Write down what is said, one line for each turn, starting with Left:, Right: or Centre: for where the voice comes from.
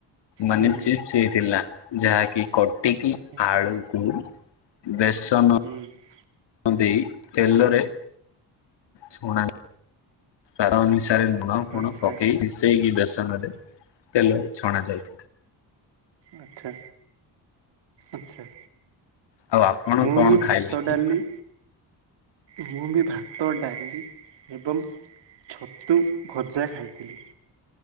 Left: ମାନେ
Right: ହୁଁ
Left: ଚି ସେ ଥିଲା ଯାହାକି କଟିକି
Right: ଆଚ୍ଛା।
Left: ଆଳୁକୁ ବେସନ
Right: ହୁଁ।
Left: ଦେଇ ତେଲରେ ଛଣା ତାର ନି ଟାରେ ଲୁଣ ଫୁଣ
Right: ଆଚ୍ଛା
Left: ପକେଇ ମିଶେଇକି ବେସନ ରେ ତେଲରେ ଛଣା ଯାଏ।
Right: ଆଚ୍ଛା ଆଚ୍ଛା।
Left: ଆଉ ଆପଣ
Right: ମୁଁ
Left: କଣ
Right: ବି
Left: ଖାଇଲେ
Right: ଭାତ
Left: କି?
Right: ଡାଲି ମୁଁ ବି ଭାତ ଡାଲି ଏବଂ ଛତୁ ଭଜା ଖାଇଥିଲି।